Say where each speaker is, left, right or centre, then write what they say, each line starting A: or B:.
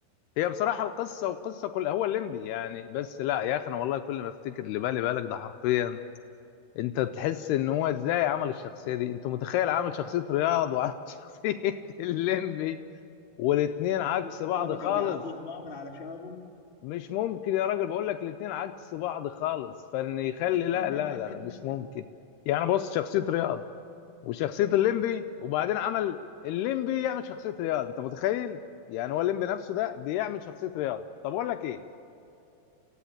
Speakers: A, on the left; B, on the left.
A: هي بصراحه القصه والقصه كلها هو الليمبي يعني بس لا يا اخي انا والله كل ما افتكر اللي بالي بالك ده حرفيا انت تحس ان هو ازاي عمل الشخصيه دي انت متخيل عامل شخصيه رياض وعامل <laughs> شخصيه الليمبي والاتنين عكس
B: شفت انت
A: بعض
B: لما
A: خالص
B: كان بيعضوا صباعه من على شنبه
A: مش ممكن يا راجل بقول لك الاتنين عكس بعض خالص فان يخلي
B: <laughs>
A: لا لا لا لا مش ممكن يعني بص شخصيه رياض وشخصيه الليمبي وبعدين عمل الليمبي يعمل شخصيه رياض انت متخيل يعني هو الليمبي نفسه ده بيعمل شخصيه رياض طب اقول لك ايه